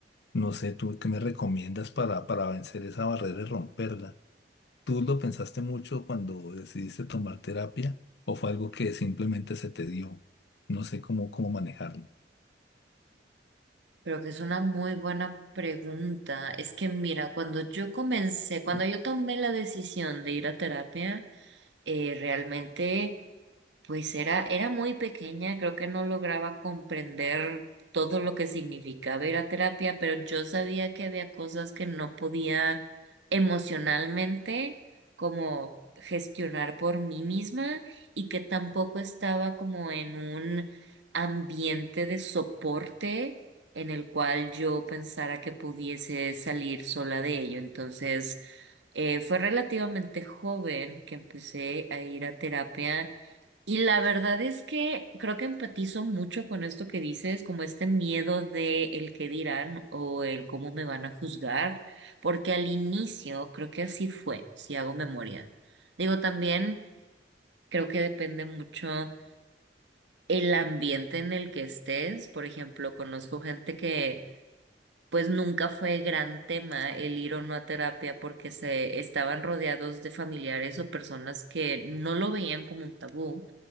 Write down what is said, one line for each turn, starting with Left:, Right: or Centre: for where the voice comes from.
Left: No sé, ¿tú qué me recomiendas para, para vencer esa barrera y romperla? ¿Tú lo pensaste mucho cuando decidiste tomar terapia o fue algo que simplemente se te dio? No sé cómo, cómo manejarlo.
Right: Pero que es una muy buena pregunta. Es que mira, cuando yo comencé, cuando
Left: Mm.
Right: yo tomé la decisión de ir a terapia, eh, realmente... Pues era, era muy pequeña, creo que no lograba comprender todo lo que significaba ir a terapia, pero yo sabía que había cosas que no podía emocionalmente como gestionar por mí misma y que tampoco estaba como en un ambiente de soporte en el cual yo pensara que pudiese salir sola de ello. Entonces, eh, fue relativamente joven que empecé a ir a terapia y la verdad es que creo que empatizo mucho con esto que dices, como este miedo de el qué dirán o el cómo me van a juzgar, porque al inicio creo que así fue, si hago memoria. Digo, también creo que depende mucho el ambiente en el que estés. Por ejemplo, conozco gente que pues nunca fue gran tema el ir o no a terapia porque se estaban rodeados de familiares o personas que no lo veían como un tabú.